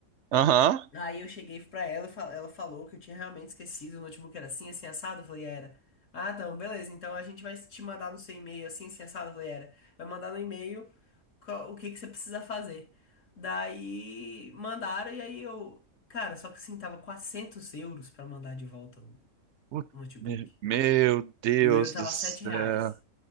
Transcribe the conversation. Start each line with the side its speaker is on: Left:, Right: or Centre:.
Right: Aham.
Left: Aí eu cheguei pra ela, e fal- ela falou que eu tinha realmente esquecido, o notebook era assim, assim, assado. Eu falei, era. Ah, então, beleza, então a gente vai te mandar no seu e-mail assim, assim, assado. Eu falei, era. Vai mandar no e-mail co- o que que você precisa fazer. Daí mandaram, e aí eu. Cara, só que assim, tava 400 euros pra mandar de volta o
Right: Putz,
Left: notebook.
Right: me- Meu Deus
Left: E o euro tava
Right: do céu.
Left: 7 reais.